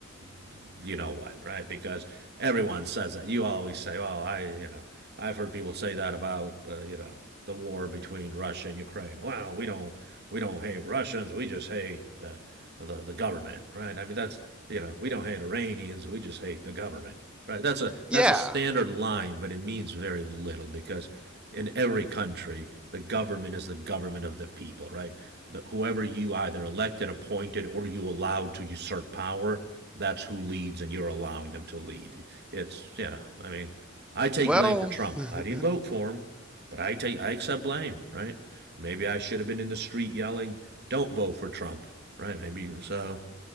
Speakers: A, on the right; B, in the centre.
A: uh, you know what right because everyone says that you always say well I you know I've heard people say that about uh, you know the war between Russia and Ukraine well we don't we don't hate Russians we just hate uh, the the government right I mean that's you know we don't hate Iranians we just hate the government right that's a
B: yeah.
A: that's a standard line but it means very little because in every country, the government is the government of the people, right? The, whoever you either elected, appointed, or you allowed to usurp power, that's who leads, and you're allowing them to lead. It's you know, I mean, I take
B: Well,
A: blame for Trump.
B: <laughs>
A: I didn't vote for him, but I take I accept blame, right? Maybe I should have been in the street yelling, "Don't vote for Trump," right? Maybe so.